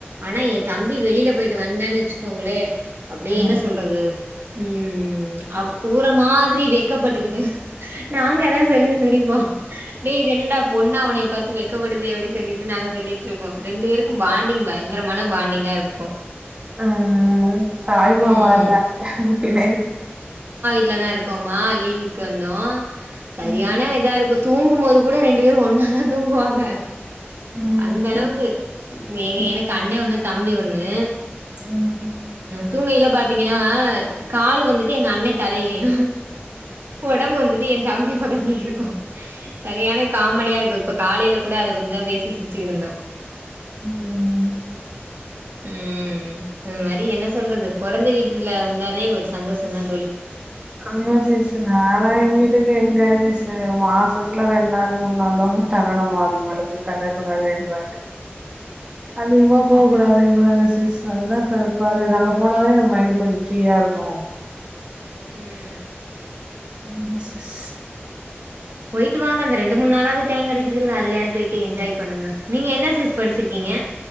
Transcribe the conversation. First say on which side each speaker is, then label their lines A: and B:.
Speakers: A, on the right (about 60°); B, on the right (about 20°).
A: ஆனா எ தம்பி வெளில போயிட்டு வந்தான் வெச்சுக்கோங்களே அப்டியே
B: ஆமா
A: என்ன சொல்றது ம் அவ் ஊற மாதிரி வெக்கப்பட்டுக்கிட்டு நாங்கதா சொல்லி சிரிப்போ டேய் இது என்னடா பொண்ணா உன்னிய பாத் து வெக்கப்படுதே அப்டின் சொல்லிட்டு நாங்க சொல்லிட்ருப்போ ரெண்டு பேருக்கும் பாண்டிங் பயங்கரமான பாண்டிங்கா இருக்கு
B: ம் தாய் மாமா
A: ம்
B: இல்லன்னாக்க பின்ன எதுக்கு
A: இல்லன்னா இருக்கோமா லீவுக்கு வந்தோ செரியான
B: ம்
A: இதா இருக்கு தூங்கும்போது கூட ரெண்டு பேரு ஒன்னாதா தூங்குவாங்க
B: ம்
A: அந்த அளவுக்கு
B: ம்
A: எனக்கு அண்ணெ ஒண்ணு தம்பி ஒண் ணு
B: ம்
A: தூங்கையில பாத்தீங்கன்னா கால் வந்துட்டு எங்க அண்ணெ தலையிலயு ஒடம்பு வந்துட் தம்பி பக்கத்துலயு இருக்கு சரியான காமெடியா இருக்கு இப்ப காலையில கூட அத பத்திதா பேசி சிருச்சுகிட்டு இருந்தோ
B: ம்
A: ம் அது மாரி என்ன சொல்றது பொறந்த வீட்டுல வந்தாவே ஒரு சந்தோஷந்தா தோழி
B: ஆமா சிஸ்டர் நாலா எங்க வீட்டுக்கு எங்க சிஸ்டர் மாசத்துல ரெண்டு நாள் மூணு நாள் தா போய் தங்கணுமா அதுக்கு மேல போயி தங்க கூடாதுன்றாங்க அதிகமா போக கூடாதுன்றாங்க சிஸ்டர் அதுதா கடுப்பாரு இருக்கு அங்க போனாலே எனக்கு மைண்ட்டு கொஞ்சோ ஃப்ரீயா இருக்கு
A: ம்
B: ம் சிஸ்
A: போயிட்டு வாங்க அந்த ரெண்டு மூணுாளாவது டைம் கெடைக்குதுல்ல அதுலயாவது போயிட்டு என்ஜாய் பண்ணுங்க நீங்க என்ன சிஸ் படிச்சிருக்கீங்க